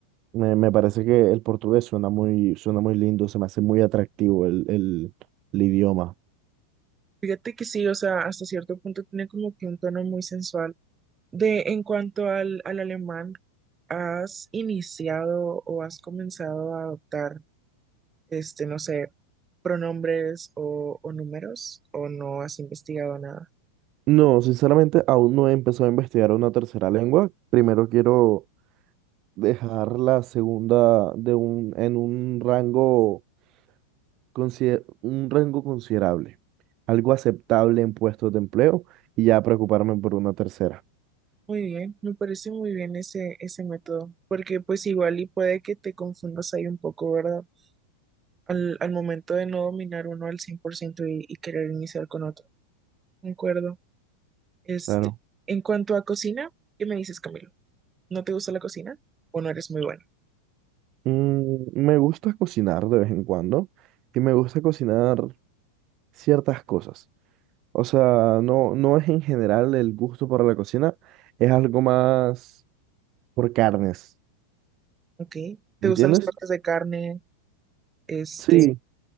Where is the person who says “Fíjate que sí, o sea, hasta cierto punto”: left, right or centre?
Right